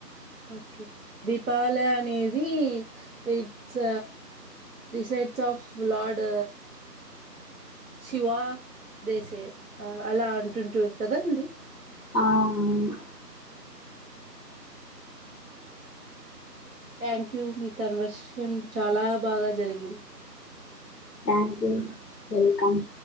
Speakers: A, on the right (about 60°); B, on the left (about 70°).
A: ఓకే దీపావలి అనేది it's besides of lured Shiva దేసే ఆ అలా అంటుంటారు కదా అండి
B: ఆ అవును
A: థ్యాంక్ యూ మీ కన్వర్సన్ చాలా బాగా జరిగింది
B: థ్యాంక్ యూ వెల్కమ్